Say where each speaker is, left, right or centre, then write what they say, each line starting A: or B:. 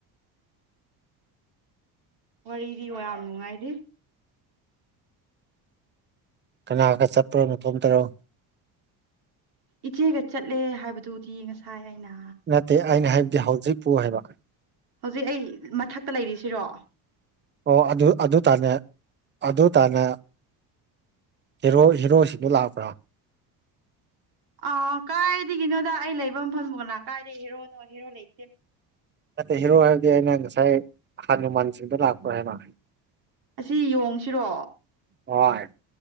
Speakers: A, on the right; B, on the right.
A: ꯋꯥꯔꯤꯗꯤ ꯌꯥꯝ ꯅꯨꯡꯉꯥꯏꯔꯤ
B: ꯀꯅꯥꯒ ꯆꯠꯄ꯭ꯔꯣ ꯅꯇꯣꯝꯇꯔꯣ
A: ꯏꯆꯦꯒ ꯆꯠꯂꯦ ꯍꯥꯏꯕꯗꯨꯗꯤ ꯉꯁꯥꯏ ꯑꯩꯅ
B: ꯅꯠꯇꯦ ꯑꯩꯅ ꯍꯥꯏꯕꯗꯤ ꯍꯧꯖꯤꯛꯄꯨ ꯍꯥꯏꯕ
A: ꯍꯧꯖꯤꯛ ꯑꯩ ꯃꯊꯛꯇ ꯂꯩꯔꯤꯁꯤꯔꯣ
B: ꯑꯣ ꯑꯗꯨ ꯑꯗꯨ ꯇꯥꯟꯅ ꯑꯗꯨ ꯇꯥꯟꯅ ꯍꯦꯔꯣ ꯍꯦꯔꯣꯁꯤꯡꯗꯣ ꯂꯥꯛꯄ꯭ꯔꯣ
A: ꯑꯥ ꯀꯥꯏꯗꯒꯤꯅꯣꯗ ꯑꯩ ꯂꯩꯕ ꯃꯐꯝꯕꯣ ꯀꯅꯥ ꯀꯥꯏꯗꯒꯤ ꯍꯦꯔꯣꯅꯣ ꯍꯦꯔꯣ ꯂꯩꯇꯦ
B: ꯅꯠꯇꯦ ꯍꯦꯔꯣ ꯍꯥꯏꯕꯗꯤ ꯑꯩꯅ ꯉꯁꯥꯏ ꯍꯅꯨꯃꯥꯟꯁꯤꯡꯗꯣ ꯂꯥꯛꯄ꯭ꯔꯥ ꯍꯥꯏꯕ
A: ꯑꯁꯤ ꯌꯣꯡꯁꯤꯔꯣ
B: ꯍꯣꯏ